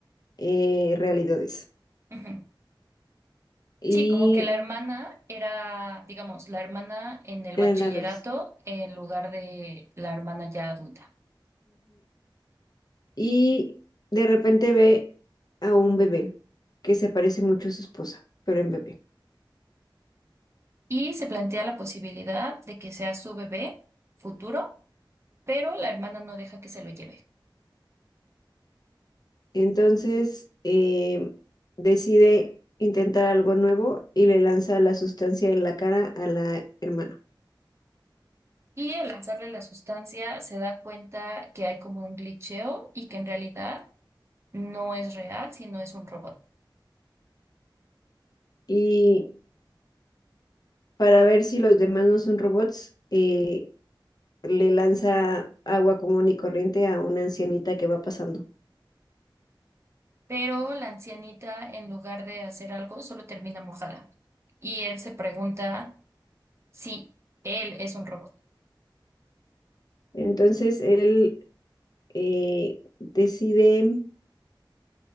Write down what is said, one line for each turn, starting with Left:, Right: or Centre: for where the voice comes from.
Left: eh, realidades.
Right: Ujú.
Left: Y
Right: Sí, como que la hermana era, digamos, la hermana en el bachillerato
Left: a la vez.
Right: en lugar de la hermana ya adulta.
Left: y de repente ve a un bebé que se parece mucho a su esposa, pero en bebé.
Right: Y se plantea la posibilidad de que sea su bebé futuro, pero la hermana no deja que se lo lleve.
Left: Entonces eh, decide intentar algo nuevo y le lanza la sustancia en la cara a la hermana.
Right: Y al lanzarle la sustancia se da cuenta que hay como un glitcheo y que en realidad no es real, sino es un robot.
Left: Y para ver si los demás no son robots, eh, le lanza agua común y corriente a una ancianita que va pasando.
Right: Pero la ancianita, en lugar de hacer algo, solo termina mojada. Y él se pregunta si él es un robot.
Left: Entonces él eh, decide